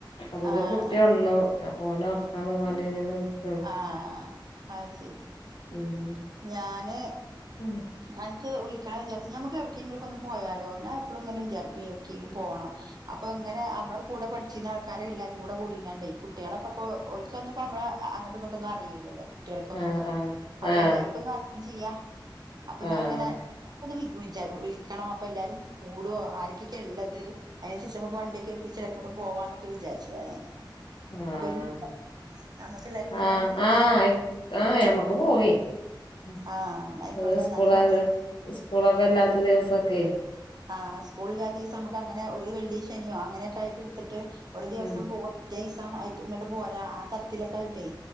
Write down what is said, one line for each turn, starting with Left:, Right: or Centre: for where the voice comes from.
Left: അപ്പോതിനും
Right: ആഹ്
Left: കുട്ടി ഒൺന്നു അപ്പോ ഓനെ ഓർക്കാന് <unintelligible> വാണ്ടി ഞാനു ഓനും
Right: ആഹ് അഹ് ശരി
Left: ഉം
Right: ഞാന്
Left: ഉം
Right: അന്ക്ക് വിളിക്കണന്ന് വിചാരിച്ച് ഞമ്മക്ക് എവട്ക്കേങ്കിലൊക്കൊന്ന് പോയാലോ ഞാൻ എപ്പളുങ്ങനെ വിചാരിക്കും എവട്ക്കേങ്കിം പോണം അപ്പ ഇങ്ങനെ അമ്മടെ കൂടെ പഠിച്ചീര്ന്ന ആൾക്കാരെ എല്ലാരും കൂടെ കൂടിങ്ങാണ്ടേ കുട്ടിയാളൊക്കപ്പോ ഓല്ക്കൊന്നും ഇപ്പ അമ്മളെ അ അങ്ങട്ടും ഇങ്ങോട്ടൊന്നും അറിയൂല്ലല്ലോ കുട്ടിയെൾക്കൊന്നും
Left: ആഹ് ആഹ്
Right: ഇപ്പയെല്ലാർക്കൊന്നും
Left: ആഹ്
Right: അറിയേം ചെയ്യാ അപ്പം
Left: ആഹ്
Right: ഞാന് ഇങ്ങനെ ഇപ്പൊന്ന് വി വിൾച്ചാലു ഉം വിള്ക്കണോ അപ്പൊ എല്ലാരും കൂടോ ആരെക്കെക്കേ ഇള്ളത് അയിനു ശേഷം നമുക്ക് വണ്ടിയൊക്കെ എൽപ്പിച്ച് എല്ലാരുക്കൂടെ പോവാന്നൊക്കെ വിചാര്ച്ചതാ ഞാന്
Left: ആഹ്
Right: അപ്പൊ ഈ നമുക്ക് എല്ലാരും കൂടെ
Left: ആഹ്
Right: അങ്ങനെ
Left: ആഹ് അയി ആഹ് ഞമ്മക്ക് പോവേ ഉം
Right: ആഹ് ന്നാ ആയിക്കോട്ടെ
Left: <unintelligible> സ്കൂള്
Right: ന്നാ ഇഞ്ഞ് മറ്റോളെ
Left: <unintelligible> സ്കൂളൊക്കെ ഇല്ലാത്ത ദിവസൊക്കെ
Right: ആഹ് സ്കൂള് ഇല്ലാത്തീസം അമ്മക്കങ്ങനെ ഒരു വെള്ളിയോ ശനിയോ അങ്ങനെയൊക്കായിട്ട് ഇട്ത്തിട്ട് ഒരു ദിവസം
Left: ഉം
Right: പോവാ പിറ്റേയിസം ആയിട്ട് ഇങ്ങട്ട് പോരാ ആ തരത്തിലൊക്കായിട്ടേ